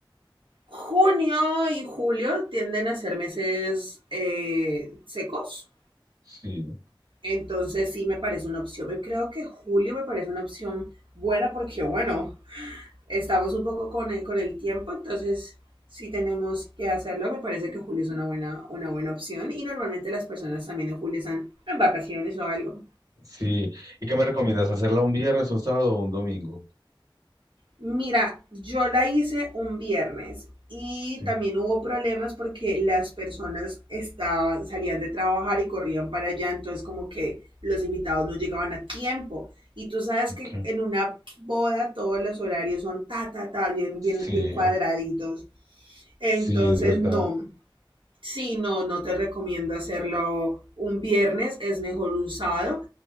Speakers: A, on the right (about 75°); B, on the right (about 40°).
A: Junio y julio tienden a ser meses eh, secos,
B: Sí,
A: Entonces sí me parece una opción. Yo creo que julio me parece una opción buena porque, bueno, estamos un poco con el, con el tiempo, entonces si tenemos que hacerlo, me parece que julio es una buena, una buena opción y normalmente las personas también en julio están en vacaciones o algo.
B: sí. ¿Y qué me recomiendas? ¿Hacerla un viernes, un sábado o un domingo?
A: Mira, yo la hice un viernes y
B: Sí,
A: también hubo problemas porque las personas estaban, salían de trabajar y corrían para allá, entonces como que los invitados no llegaban a tiempo. Y tú sabes
B: ok.
A: que en una boda todos los horarios son ta, ta, ta, bien,
B: Sí,
A: bien, bien cuadraditos. Entonces,
B: sí, es verdad.
A: no. Sí, no, no te recomiendo hacerlo un viernes, es mejor un sábado.